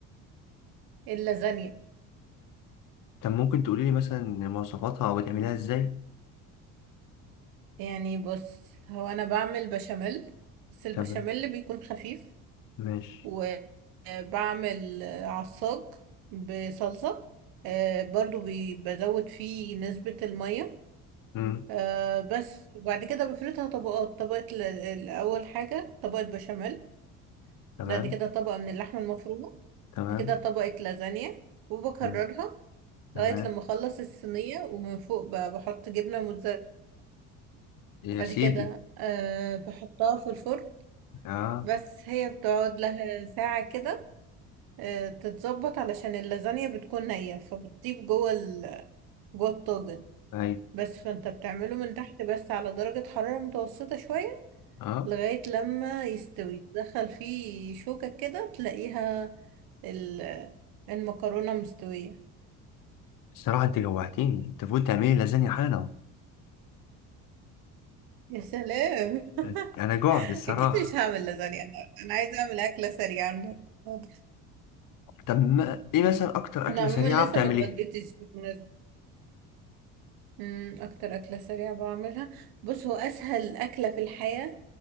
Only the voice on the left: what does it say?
طب ممكن تقولي لي مثلا مواصفاتها او بتعمليها ازاي
تمام
ماشي
مم.
تمام
تمام
مم. تمام
يا
سيدي
اه
اي
اه
الصراحة انت جوعتيني انت فوت تعملي لازانيا حالا اهو.
<laughs> انا جوعت الصراحة
طب ما ايه مثلا اكتر اكلة
سريعة
بتعمليها